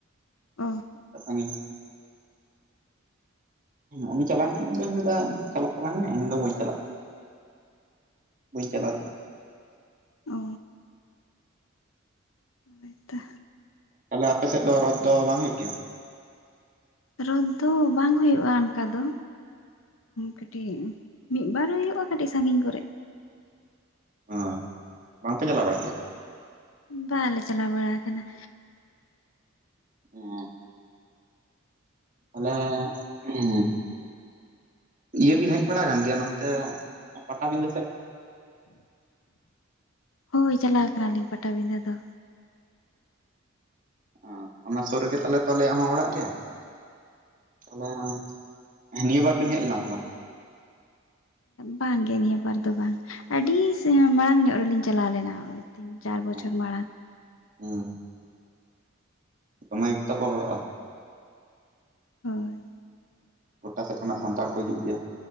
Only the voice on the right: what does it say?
ᱟᱨ ᱥᱟᱺᱜᱤᱧᱼᱼ ᱩᱱᱤ ᱪᱟᱞᱟᱣᱮᱱ ᱠᱟᱱ ᱟᱫᱚᱧ ᱞᱟᱹᱭ ᱫᱟ ᱪᱟᱞᱟᱜ ᱛᱟᱞᱟᱝ ᱢᱮ ᱤᱧ ᱫᱚ ᱵᱟᱹᱧ ᱪᱟᱞᱟᱜ ᱠᱟᱱᱟ᱾ ᱵᱟᱹᱧ ᱪᱟᱞᱟᱣ ᱞᱮᱱᱟ᱾
ᱛᱟᱦᱚᱞᱮ ᱟᱯᱮ ᱥᱮᱫ ᱫᱚ ᱨᱚᱫ ᱫᱚ ᱵᱟᱝ ᱦᱳᱭᱳᱜ ᱜᱮᱭᱟ?
ᱚ ᱵᱟᱝᱯᱮ ᱪᱟᱞᱟᱣ ᱵᱟᱲᱟᱜ ᱜᱮᱭᱟ?
ᱦᱩᱸ᱾ ᱟᱞᱮ ᱦᱮ <inaudible> ᱤᱭᱟᱹ ᱵᱤᱱ ᱦᱮᱡ ᱵᱟᱲᱟ ᱟᱠᱟᱱ ᱜᱮᱭᱟ ᱱᱚᱱᱛᱮ ᱯᱟᱴᱟᱵᱤᱫᱟᱹ ᱥᱮᱫ?
ᱚ ᱚᱱᱟ ᱥᱩᱨ ᱨᱮᱜᱮ ᱛᱟᱞᱮ ᱛᱚ ᱟᱞᱮᱭᱟᱜ ᱦᱚᱸ ᱚᱲᱟᱜ ᱜᱮ। ᱛᱟᱦᱚᱞᱮ ᱱᱤᱭᱟᱹ ᱵᱟᱨ ᱵᱤᱱ ᱦᱮᱡ ᱞᱮᱱᱟ ᱥᱮ ᱵᱟᱝ?
ᱦᱮᱸ
ᱦᱩᱸ᱾ ᱫᱚᱢᱮ ᱜᱮᱛᱚ ᱠᱚ ᱦᱚᱲᱚᱜᱼᱟ।
ᱜᱚᱴᱟ ᱥᱮᱫ ᱠᱷᱚᱱᱟᱜ ᱥᱟᱱᱛᱟᱲ ᱠᱚ ᱦᱤᱡᱩᱜ ᱜᱮᱭᱟ